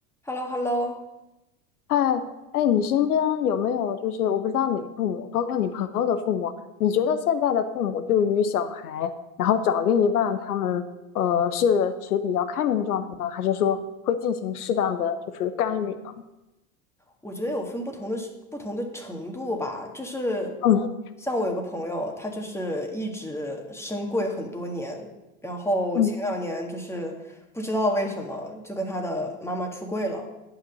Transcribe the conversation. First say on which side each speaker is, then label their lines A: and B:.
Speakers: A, in the centre; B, on the left.
A: h e l l o h e l l o
B: 哎哎，你身边有没有就是我不知道你的父母，包括你朋友的父母，你觉得现在的父母对于小孩，然后找另一半，他们呃是持比较开明的状态呢，还是说会进行适当的就是干预呢？
A: 我觉得有分不同的不同的程度吧，就是
B: 嗯
A: 像我有个朋友，他就是一直升柜很多年，然后前两年就是不知道为什么就跟他的妈妈出柜了，
B: 嗯